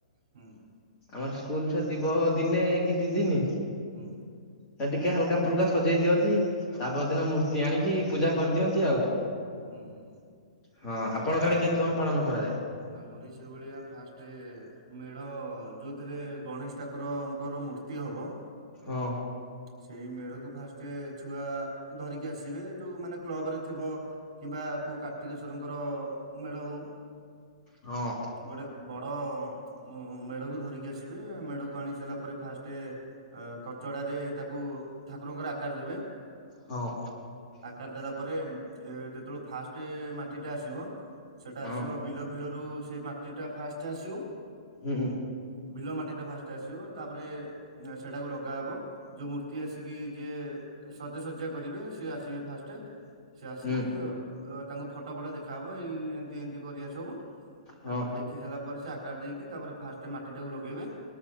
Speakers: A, on the right; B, on the left.
A: ହୁଁ <inaudible>
B: ଆମର ସ୍କୁଲ ଛୁଆ ଥିବ ଦିନେ କି ଦି ଦିନି
A: ହୁଁ
B: ସେ ଟିକେ ହାଲକା ଫୁଲକା ସଜେଇ ଦିଅନ୍ତି ତା ପରଦିନ ମୂର୍ତ୍ତି ଆଣିକି ପୂଜା କରିଦିଅନ୍ତି ଆଉ।
A: ହୁଁ ହୁଁ
B: ହଁ ଆପଣଙ୍କ ଆଡେ କେମିତି କଣ ପାଳନ କରାଯାଏ।
A: ଆମର ସେଇଭଳିଆ ଫାଷ୍ଟ ମେଢ ଯୋଉଥିରେ ଗଣେଶ ଠାକୁରଙ୍କର ମୂର୍ତ୍ତି ହବ।
B: ହଁ,
A: ସେଇ ମେଢକୁ ଫାଷ୍ଟ ଛୁଆ ଧରିକି ଆସିବେ ଯୋଉ ମାନେ କ୍ଲବ ରେ ଥିବ କି ବା କୋଉ କାର୍ତ୍ତିକେଶ୍ଵରଙ୍କର ମେଢ ହଉ
B: ହଁ
A: ଗୋଟେ ବ ଅ ମେଢକୁ ଧରିକି ଆସିବେ ମେଢକୁ ଆଣି ସାରିଲା ପରେ ଫାଷ୍ଟ କଚଡ଼ାରେ ତାକୁ ଠାକୁରଙ୍କର ଆକାର ଦେବେ
B: ହଁ।
A: ଆକାର ଦେଲା ପରେ ଯେତେବେଳ ଫାଷ୍ଟ ଟେ ମାଟି ଟା ଆସିବ ସେଟା
B: ହଁ
A: ଆସିବ ବିଲ ଫିଲ ରୁ ସେ ମାଟି ଟା ଫାଷ୍ଟ ଆସିବ।
B: ହୁଁ।
A: ବିଲ ମାଟି ଟା ଫାଷ୍ଟ ଆସିବ ତାପରେ ସେଟାକୁ ଲଗାହବ। ଯୋଉ ମୂର୍ତ୍ତି ଆସିକି ଯିଏ ସଜାସଜ୍ୟା କରିବେ ସିଏ ଆସିବେ ଫାଷ୍ଟ ସେ ଆସିକି
B: ହୁଁ
A: ତାଙ୍କୁ ଫଟୋ ଫଟ ଦେଖାହେବ ଏଇ ଏମିତି ଏମିତି କରିବା ସବୁ
B: ହଁ।
A: ତାପରେ ଦେଖି ସାରିଲା ପରେ ସେ ଆକାର ଦେଇକି ତାପରେ ଫାଷ୍ଟ ମାଟି ଟାକୁ ଲଗେଇବେ।